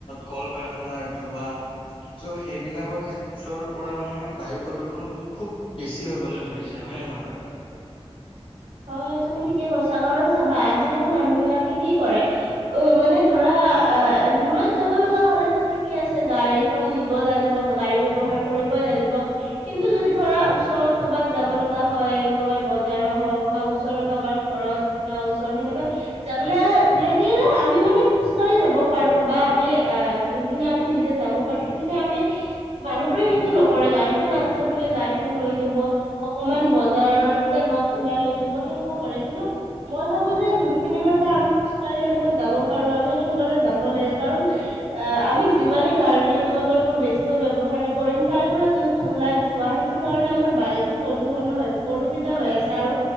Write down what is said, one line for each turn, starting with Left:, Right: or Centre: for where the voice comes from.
Left: কল কাৰ আঙাৰ থোৱা। চ' সেইবিলাকৰ ক্ষেত্ৰৰ পৰা মানে বায়ু প্ৰদূৰ্ষণটো খুব বেছি হবলৈ ধৰিছে হয়ন নে নহয় বাৰু?
Right: হয় তুমি ঠিকে কৈছা, কাৰণ চাবা আজিকালি মানুহ বিলাকে কি কৰে ও মানে ধ ধৰা‌ এ দূৰৈত যাব লগা হ'লেতো ঠিকে আছে, গাড়ীখন নিব লাগিব গাড়ীবে ব্যৱহাৰ কৰিবই লাগিব কিন্তু যদি ধৰা ওচৰত ক'বাত যাব লগা হয়, কবাত বজাৰত হওঁক বা ওচৰৰ কাৰবাৰ ঘৰত কিবা ওচৰৰ সেনেকুৱা যাবলে লাগিলে আমি মানে খোঢ়ি যাব পাৰো বা আমি এ যোনখিনি আমি নিজে যাব পাৰো সেইখিনি আমি মানুহবোৰে সেইটো নকৰে, গাড়ীখন আছে বুলি গাড়ীখন লৈ যাব অকমান বজাৰতে হওঁক ওলাই লৈ যাব, সেনেকুৱা কৰে। কিন্তু মই ভাবো যে যোনখিনিলৈকে আমি খোজ-কাঢ়ি এনেকৈ যাব পাৰো। ত' আমি হেনেদৰে যাব লাগে, কাৰণ আ-আমি যিমানেই গাড়ী মটৰবোৰ বেছিকৈ ব্যৱহাৰে কৰিম তাৰে পৰা যোনটো ওলাই ধোৱা, সেইটো কাৰণে আমাৰ বায়ুতো প্ৰদূষণো প্ৰদুষিত হৈ আছে। আৰু